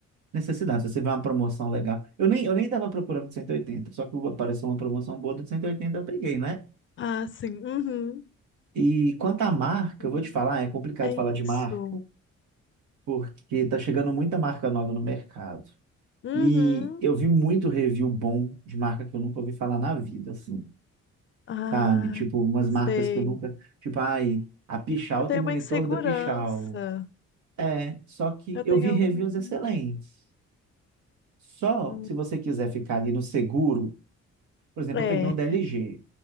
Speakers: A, on the right; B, on the left.
A: necessidade. Se você vê uma promoção legal. Eu nem, eu nem estava procurando de 180. só que apareceu uma promoção boa de 180, eu peguei, né?
B: Ah, sim. Uhum.
A: E quanto à marca,
B: Uhum.
A: eu vou te falar, é complicado
B: É
A: falar de marca,
B: isso.
A: porque tá chegando muita marca nova no mercado.
B: Uhum.
A: E eu vi muito review bom de marca que eu nunca ouvi falar na vida, assim.
B: Ah,
A: sabe? Tipo, umas
B: sei.
A: marcas que eu nunca. Tipo, ai, a Pichal
B: Eu tenho
A: tem monitor
B: uma insegurança.
A: da Pichal. É, só que
B: Eu
A: eu
B: tenho
A: vi
B: alguma.
A: reviews excelentes.
B: Hum,
A: Só
B: hum.
A: que se você quiser ficar ali no seguro, por exemplo,
B: É.
A: eu peguei um da LG.